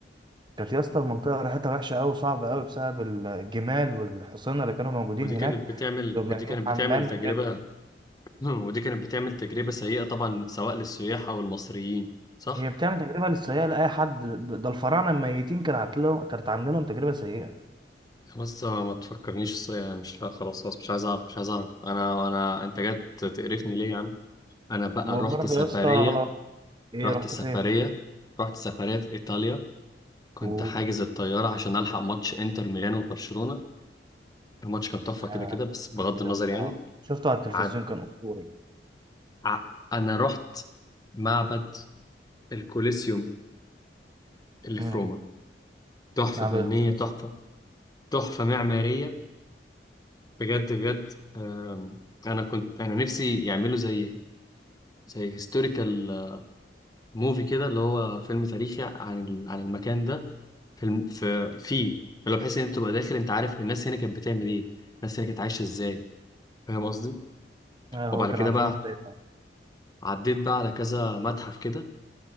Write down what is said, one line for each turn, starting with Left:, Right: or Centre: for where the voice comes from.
Right: كانت يا اسطى المنطقة ريحتها وحشة أوي صعبة أوي بسبب الجمال والحصينة اللي كانوا موجودين
Left: ودي
Right: هناك
Left: كانت بتعمل
Right: كانوا
Left: ودي
Right: بيعملوا
Left: كانت
Right: حمام
Left: بتعمل تجربة
Right: وكده
Left: <laughs> ودي كانت بتعمل تجربة سيئة طبعا سواء للسياح أو المصريين صح؟
Right: هي بتعمل تجربة للسيئة لأي حد ده الفراعنة الميتين كانت عاملة لهم كانت عاملة لهم تجربة سيئة
Left: خلاص ما تفكرنيش الص- يعني مش لا خلاص خلاص مش عايز أعرف مش عايز أعرف أنا أنا أنت جات تقرفني ليه يا عم؟ أنا بقى
Right: وبرضه
Left: رحت سفرية
Right: يا اسطى إيه
Left: رحت
Right: رحت
Left: سفرية
Right: فين؟
Left: رحت سفرية في إيطاليا كنت
Right: و
Left: حاجز الطيارة عشان ألحق ماتش إنتر ميلان وبرشلونة الماتش كان تحفة كده
Right: آه،
Left: كده بس بغض النظر
Right: يا اسطى،
Left: يعني
Right: شفته على التلفزيون
Left: عد...
Right: كان أسطوري
Left: ع... أنا رحت معبد الكوليسيوم اللي
Right: امم
Left: في روما تحفة
Right: معبد
Left: فنية
Right: الكوليسيوم
Left: تحفة تحفة معمارية بجد بجد آم، أنا كنت أنا نفسي يعملوا زي زي هيستوريكال موفي كده اللي هو فيلم تاريخي عن ال- عن المكان ده في الم- في فيه اللي هو بحيث إن أنت تبقى داخل أنت عارف الناس هنا كانت بتعمل إيه الناس هنا كانت عايشة إزاي فاهم قصدي؟
Right: آه هو
Left: وبعد
Right: كانوا
Left: كده
Right: عايشين
Left: بقى
Right: ازاي بقى؟
Left: عديت بقى على كذا متحف كده